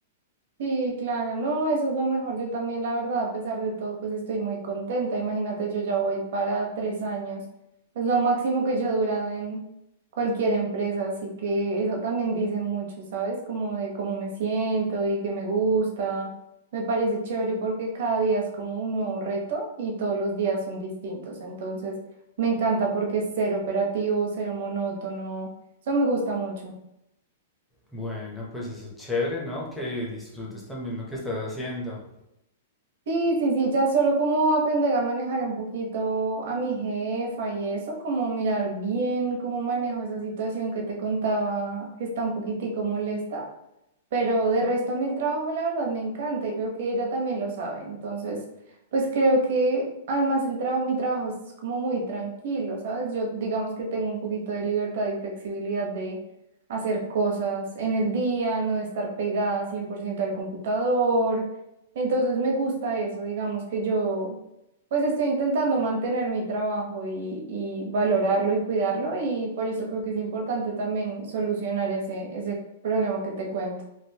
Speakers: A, on the right; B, in the centre.
A: Sí, claro, no, eso es lo mejor. Yo también, la verdad, a pesar de todo, pues estoy muy contenta. Imagínate, yo ya voy para tres años. Es lo máximo que yo he durado en cualquier empresa, así que eso también dice mucho, ¿sabes? Como de cómo me siento y que me gusta. Me parece chévere porque cada día es como un nuevo reto y todos los días son distintos. Entonces, me encanta porque es ser operativo, ser monótono. Eso me gusta mucho.
B: Bueno, pues eso es chévere, ¿no? Que disfrutes también lo que estás haciendo.
A: Sí, sí, sí, ya solo como aprender a manejar un poquito a mi jefa y eso, como mirar bien cómo manejo esa situación que te contaba, que está un poquitico molesta. Pero de resto a mí el trabajo, la verdad, me encanta y creo que ella también lo sabe. Entonces, pues creo que además el trabajo, mi trabajo es como muy tranquilo, ¿sabes? Yo digamos que tengo un poquito de libertad y flexibilidad de hacer cosas en el día, no de estar pegada 100% al computador. Entonces me gusta eso, digamos que yo pues estoy intentando mantener mi trabajo y, y valorarlo y cuidarlo y por eso creo que es importante también solucionar ese, ese problema que te cuento.